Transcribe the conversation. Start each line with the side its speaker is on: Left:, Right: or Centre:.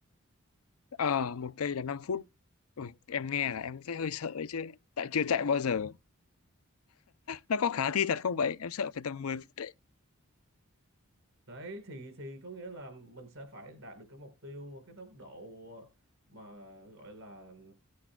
Left: Ờ, một cây là 5 phút. Ui, em nghe là em thấy hơi sợ ấy chứ. Tại chưa chạy bao giờ. Nó có khả thi thật không vậy? Em sợ phải tầm mười phút đấy.
Right: đấy thì thì có nghĩa là mình sẽ phải đạt được cái mục tiêu cái tốc độ mà gọi là,